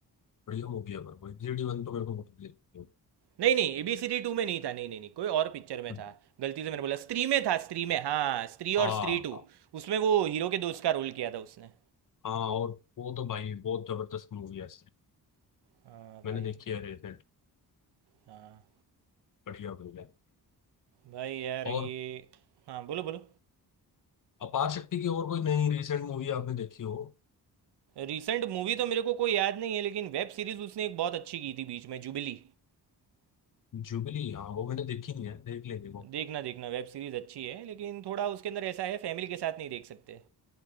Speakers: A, on the left; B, on the right.
A: बढ़िया मूवी है पर वो एबीसीडी वन तो मेरे को बहुत बढ़िया लगती है
B: नहीं नहीं ए बी सी डी टू में नहीं था नहीं नहीं नहीं कोई और पिक्चर में
A: हम्म,
B: था गलती से मैंने बोला स्त्री में था स्त्री में हाँ स्त्री
A: हाँ
B: और स्त्री टू
A: हाँ
B: उसमें वो हीरो के दोस्त का रोल किया था उसने
A: हाँ, और वो तो भाई बहुत जबरदस्त मूवी है
B: हाँ भाई
A: मैंने देखी है रिसेंट
B: हाँ
A: बढ़िया बढ़िया
B: भाई यार
A: और
B: ये हाँ बोलो बोलो
A: अपार शक्ति की और कोई नई रिसेंट मूवी आपने देखी हो
B: रिसेंट मूवी तो मेरे को कोई याद नहीं है लेकिन वेब सीरीज उसने एक बहुत अच्छी की थी बीच में जुबिली
A: जुबली हाँ वो मैंने देखी नहीं है देख लेंगे वो
B: देखना देखना वेब सीरीज अच्छी है लेकिन थोड़ा उसके अंदर ऐसा है फैमिली के साथ नहीं देख सकते